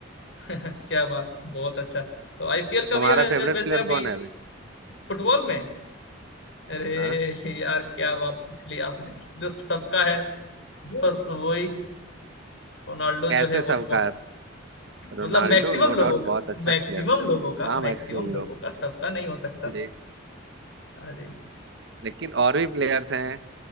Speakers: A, on the left (about 65°); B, on the right (about 60°).
A: <laughs> क्या बात है बहुत अच्छा तो आईपीएल का
B: तुम्हारा
A: भी है वै-
B: फेवरेट
A: वै- वैसे
B: प्लेयर
A: अभी
B: कौन है अभी
A: फुटबॉल में अरे
B: हाँ
A: यार क्या बात पूछ ली आपने जो सबका है जो वही रोनाल्डो
B: कैसे
A: जो है
B: सबका
A: और कौन
B: रोनाल्डो
A: मतलब मैक्सिमम
B: नो
A: लोगों
B: डाउट
A: का
B: बहुत अच्छा
A: मैक्सिमम
B: प्लेयर है
A: लोगों का
B: हाँ
A: मैक्सिमम
B: मैक्सिमम
A: लोगों
B: लोग
A: का सबका नहीं हो सकता
B: ठीक
A: हाँ जी
B: लेकिन और भी प्लेयर्स हैं